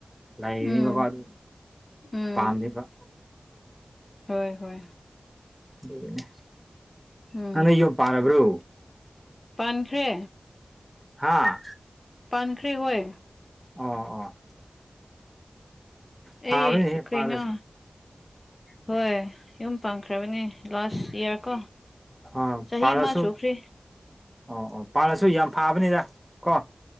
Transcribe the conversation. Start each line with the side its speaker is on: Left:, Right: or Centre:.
Centre: ꯂꯩꯅꯤꯕꯀꯣ
Left: ꯎꯝ
Centre: ꯑꯗꯨ
Left: ꯎꯝ
Centre: ꯄꯝꯗꯄꯥ
Left: ꯍꯣꯏ ꯍꯣꯏ
Centre: ꯑꯗꯨꯅꯦ
Left: ꯎꯝ
Centre: ꯑꯅ ꯌꯣ ꯄꯥꯔꯕ꯭ꯔꯣ
Left: ꯄꯥꯟꯈ꯭ꯔꯦ
Centre: ꯍꯥꯥ
Left: ꯃꯥꯟꯈ꯭ꯦ ꯍꯣꯏ
Centre: ꯑꯣ ꯑꯣ ꯐꯥꯕꯅꯤꯍꯦ
Left: ꯑꯦ
Centre: ꯄꯥꯜꯂꯁꯨ
Left: ꯈꯣꯏꯅ ꯍꯣꯏ ꯌꯨꯝ ꯄꯥꯟꯈ꯭ꯔꯕꯅꯦ ꯂꯥꯁ ꯏꯌꯥꯔ ꯀꯣ
Centre: ꯑ
Left: ꯆꯍꯤ
Centre: ꯄꯂꯁꯨ
Left: ꯑꯃ ꯁꯨꯈ꯭ꯔꯦ
Centre: ꯑꯣ ꯑꯣ ꯄꯥꯜꯂꯁꯨ ꯌꯥꯝ ꯐꯥꯕꯅꯤꯗ ꯀꯣ